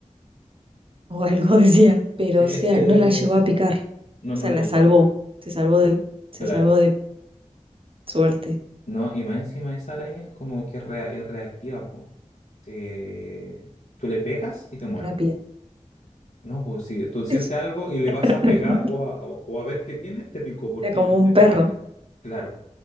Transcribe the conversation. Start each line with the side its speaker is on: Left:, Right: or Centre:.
Right: O algo <laughs> decía. Pero,
Left: Sí,
Right: o
Left: es
Right: sea,
Left: que
Right: no la llevó a picar.
Left: no nos
Right: O sea,
Left: la
Right: la
Left: llegó
Right: salvó.
Left: a picar,
Right: Se salvó de, se
Left: claro.
Right: salvó de suerte.
Left: No, y más encima esa araña es como que rea- es reactiva, po. Te- Tú le pegas y te muerde.
Right: Rápida.
Left: No, pues si tú sientes
Right: Es-
Left: algo y le
Right: <laughs>
Left: vas a pegar o a, o o a ver qué tiene, te picó porque
Right: Era como
Left: le
Right: un
Left: pegaste.
Right: perro.
Left: Claro,